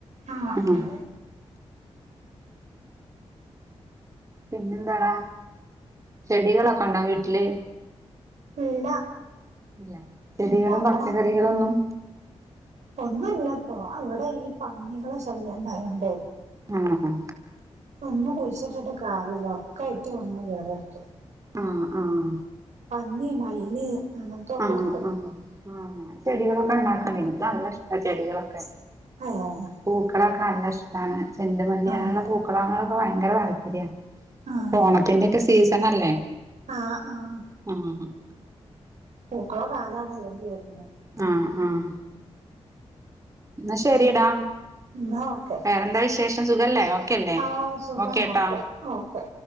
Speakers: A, on the right; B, on the right.
A: ആഹ്
B: ഉം പിന്നെന്താടാ ചെടികളൊക്കെ ഉണ്ടോ വീട്ടില്?
A: ഇല്ല
B: ഇല്ല ചെടികളും
A: ഇണ്ടാക്കണം
B: പച്ചക്കറികളൊന്നും
A: ഒന്നുല്ലപ്പോ അവിടെ ഈ പന്നികളെ ശല്ല്യംണ്ടായോണ്ടെ
B: ആഹ്
A: ഇപ്പ ഒന്നും കുഴിച്ചിട്ടിട്ട് കാര്യല്ല ഒക്കെ ആയിറ്റ വന്ന് കേടർത്തു.
B: ആഹ് ആഹ്
A: പന്നി മയില് അങ്ങൻത്തൊക്കെ
B: ആഹ്
A: ഇണ്ട്
B: ആഹ് ആഹ് ചെടികളൊക്കെ ണ്ടാക്കണ്ടെ ഇൻക്ക് നല്ല ഇഷ്ട്ട ചെടികളൊക്കെ.
A: ആഹ്
B: പൂക്കളൊക്കെ നല്ല ഇഷ്ട്ടാണ് ചെണ്ടുമല്ലി
A: ആഹ്
B: അങ്ങനെയുള്ളൊ പൂക്ക <unintelligible> ളങ്ങളൊക്കെ ഭയങ്കര താല്പര്യ
A: ആഹ്
B: ഓണത്തിന്റെ ഒക്കെ സീസൺ അല്ലേ?
A: ആഹ് ആഹ്
B: ഉം
A: പൂക്കള കാലണല്ലൊ ഇഞ്ഞ് വെര്നെ
B: ആഹ് ആഹ് ന്നാ ശരിടാ
A: ഇന്നാ ഓക്കെ
B: വേറെന്താ വിശേഷം സുഖല്ലേ ഓക്കെല്ലേ
A: ആഹ് സുഖാണ്
B: ഓക്കേ ട്ടാ.
A: Okay okay